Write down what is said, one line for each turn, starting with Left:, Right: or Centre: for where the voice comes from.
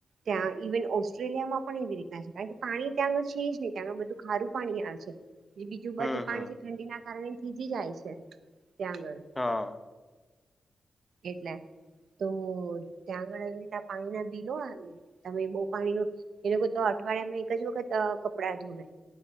Right: ત્યાં ઇવન ઓસ્ટ્રેલિયામાં પણ એવી રીતના છે કારણ કે પાણી ત્યાં આગળ છે જ નહીં ત્યા આગળ બધું ખારું પાણી આવે છે. બીજું
Left: હમ
Right: બધું પાણી
Left: હમ
Right: છે ઠંડી ના કારણે થીજી જાય છે ત્યાં આગળ.
Left: હા.
Right: એટલે તો ત્યાં આગળ એવી રીત પાણી ના બિલો આવે. તમે બહુ પાણી નો એ લોકો તો અઠવાડિયામાં એક જ વખત કપડાં ધોવે.